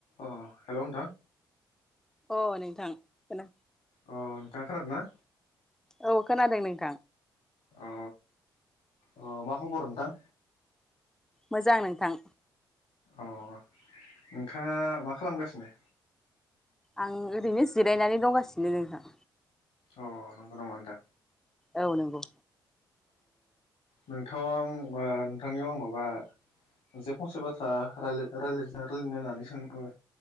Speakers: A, on the left; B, in the centre.
A: अ hello नोंथां
B: अ नोंथां खो
A: अ नोंथाङा खोनादोंना?
B: औ खोनादों नोंथ
A: अ अ मा खबर नोंथां?
B: मोजां नोंथां
A: अ नोंथाङा मा खालामगासिनो
B: आं ओरैनो जिरायनानै दंगासिनो नोंथां
A: अ नंगौ नामा नोंथां
B: औ नंगौ
A: नोंथां आं नोंथांनियाव आं माबा मोनसे फंसे बाथ्रा रायलायनो रायलायनो होननानै सोंदोंमोन